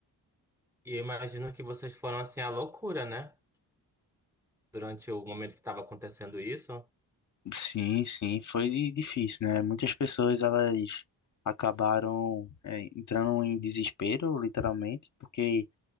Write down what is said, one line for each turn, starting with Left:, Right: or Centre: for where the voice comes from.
Centre: e eu imagino que vocês foram assim à loucura, né? Durante o momento que estava acontecendo isso.
Left: Sim, sim, foi difícil, né? Muitas pessoas, elas acabaram é, entrando em desespero, literalmente, porque